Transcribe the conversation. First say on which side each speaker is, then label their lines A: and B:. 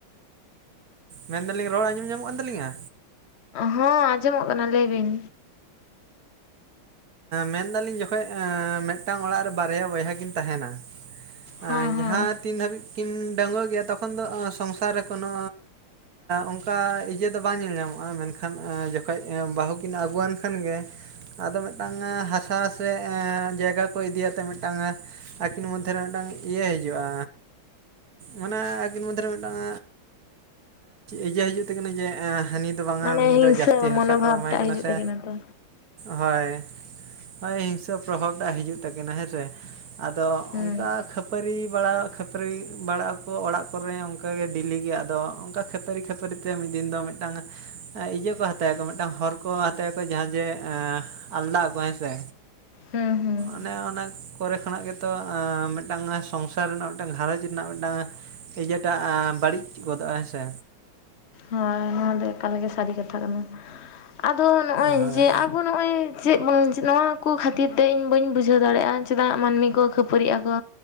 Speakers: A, on the right; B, on the left.
A: ᱢᱮᱱ ᱫᱟᱞᱤᱧ ᱨᱚᱲ ᱟᱸᱡᱚᱢ ᱧᱟᱢᱚᱜ ᱠᱟᱱ ᱛᱟᱹᱞᱤᱧᱟ?
B: ᱦᱚᱸ ᱟᱸᱡᱚᱢᱚᱜ ᱠᱟᱱᱟ ᱞᱟᱹᱭ ᱵᱤᱱ
A: ᱢᱮᱱ ᱫᱟᱞᱤᱧ ᱡᱚᱠᱷᱚᱱ ᱢᱤᱫ ᱴᱟᱝ ᱚᱲᱟᱜ ᱨᱮ ᱵᱟᱨᱭᱟ ᱵᱚᱭᱦᱟ ᱠᱤᱱ ᱛᱟᱦᱮᱸᱱᱟ᱾ ᱟᱸ
B: ᱦᱚᱸ
A: ᱡᱟᱦᱟᱸ
B: ᱦᱚᱸ
A: ᱛᱤᱱ ᱫᱷᱟᱹᱵᱤᱡ ᱠᱤᱱ ᱰᱟᱺᱜᱽᱣᱟᱹ ᱜᱮᱭᱟ, ᱛᱚᱠᱷᱚᱱ ᱫᱚ ᱥᱚᱝᱥᱟᱨ ᱨᱮ ᱠᱚᱱᱚ ᱚᱱᱠᱟ ᱤᱡᱟᱹ ᱫᱚ ᱵᱟᱝ ᱧᱮᱞ ᱧᱟᱢᱚᱜᱼᱟ, ᱢᱮᱱᱠᱷᱟᱱ ᱡᱚᱠᱷᱚᱡ ᱵᱟᱹᱦᱩ ᱠᱤᱱ ᱟᱹᱜᱩᱣᱟᱱ ᱠᱷᱟᱱ ᱜᱮ ᱟᱫᱚ ᱢᱤᱫ ᱴᱟᱝ ᱦᱟᱥᱟ ᱥᱮ ᱡᱟᱭᱜᱟ ᱠᱚ ᱤᱫᱤᱭᱟ ᱛᱮ ᱢᱤᱫᱴᱟᱝ ᱟᱹᱠᱤᱱ ᱢᱚᱫᱫᱷᱮ ᱨᱮ ᱢᱤᱫ ᱴᱟᱝ ᱤᱭᱟᱹ ᱦᱤᱡᱩᱜᱼᱟ᱾ ᱢᱟᱱᱮ ᱟᱹᱠᱤᱱ ᱢᱚᱫᱫᱷᱮ ᱨᱮ ᱢᱤᱫ ᱴᱟᱝ ᱤᱡᱟᱹ ᱦᱤᱡᱩᱜ ᱛᱟᱹᱠᱤᱱᱟ ᱡᱮ ᱦᱟᱹᱱᱤ ᱫᱚ ᱵᱟᱝᱼᱟ,
B: ᱢᱟᱱᱮ
A: ᱩᱱᱤ
B: ᱦᱤᱝᱥᱟᱹ
A: ᱫᱚ ᱡᱟᱹᱥᱛᱤ
B: ᱢᱚᱱᱳᱵᱷᱟᱵ
A: ᱦᱟᱥᱟ ᱠᱚ ᱮᱢᱟᱭ
B: ᱴᱟᱜ
A: ᱠᱟᱱᱟ
B: ᱦᱤᱡᱩᱜ
A: ᱥᱮ
B: ᱛᱟᱹᱠᱤᱱᱟ ᱛᱚ
A: ᱦᱳᱭ᱾ ᱦᱳᱭ ᱦᱤᱝᱥᱟᱹ ᱯᱨᱚᱵᱷᱟᱵᱽ ᱴᱟᱜ ᱦᱤᱡᱩᱜ ᱛᱟᱹᱠᱤᱱᱟ ᱦᱮᱸᱥᱮ, ᱟᱫᱚ
B: ᱦᱩᱸ
A: ᱚᱱᱠᱟ ᱠᱷᱟᱹᱯᱟᱹᱨᱤ ᱵᱟᱲᱟ ᱠᱷᱟᱹᱯᱟᱹᱨᱤ ᱵᱟᱲᱟᱜ ᱟᱠᱚ, ᱚᱲᱟᱜ ᱠᱚᱨᱮ ᱚᱱᱠᱟ ᱜᱮ ᱰᱤᱞᱤ ᱜᱮ᱾ ᱟᱫᱚ ᱚᱱᱠᱟ ᱠᱷᱟᱹᱯᱟᱹᱨᱤ ᱠᱚ ᱠᱷᱮᱯᱟᱹᱨᱤ ᱛᱮ ᱢᱤᱫ ᱫᱤᱱ ᱫᱚ ᱢᱤᱫᱴᱟᱝ ᱤᱡᱟᱹ ᱠᱚ ᱦᱟᱛᱟᱭ ᱟᱠᱚ ᱢᱤᱫᱴᱟᱝ ᱦᱚᱨ ᱠᱚ ᱦᱟᱛᱟᱭ ᱟᱠᱚ᱾ ᱡᱟᱦᱟᱸ ᱡᱮ ᱟᱞᱟᱫᱟᱜ ᱠᱚ ᱦᱮᱸ ᱥᱮ᱾
B: ᱦᱩᱸ, ᱦᱩᱸ᱾
A: ᱟᱱᱮ ᱚᱱᱟ ᱠᱚᱨᱮ ᱠᱷᱚᱱᱟᱜ ᱜᱮ ᱛᱚ, ᱢᱤᱫᱴᱟᱝ ᱥᱚᱝᱥᱟᱨ ᱨᱮᱱᱟᱜ, ᱢᱤᱫᱴᱟᱝ ᱜᱷᱟᱨᱚᱸᱡᱽ ᱨᱮᱱᱟᱜ, ᱢᱤᱫᱴᱟᱝ ᱤᱡᱟᱹ ᱴᱟᱜ ᱵᱟᱹᱲᱤᱡ ᱜᱚᱫᱚᱜᱼᱟ ᱦᱮᱸ ᱥᱮ᱾
B: ᱦᱳᱭ ᱱᱚᱣᱟ ᱫᱚ ᱮᱠᱟᱞ ᱜᱮ ᱥᱟᱹᱨᱤ ᱠᱟᱛᱷᱟ ᱠᱟᱱᱟ᱾ ᱟᱫᱚ ᱱᱚᱜᱼᱚᱭ
A: ᱦᱳᱭ
B: ᱡᱮ ᱟᱵᱚ ᱱᱚᱜᱼᱚᱭ ᱪᱮᱫ ᱵᱚᱱ ᱱᱚᱣᱟ ᱠᱚ ᱠᱷᱟᱹᱛᱤᱨ ᱛᱮ ᱤᱧ ᱵᱟᱹᱧ ᱵᱩᱡᱷᱟᱹᱣ ᱫᱟᱲᱮᱭᱟᱜᱼᱟ, ᱪᱮᱫᱟᱜ ᱢᱟᱹᱱᱢᱤ ᱠᱚ ᱠᱷᱟᱹᱯᱟᱹᱨᱤᱜ ᱟᱠᱚ?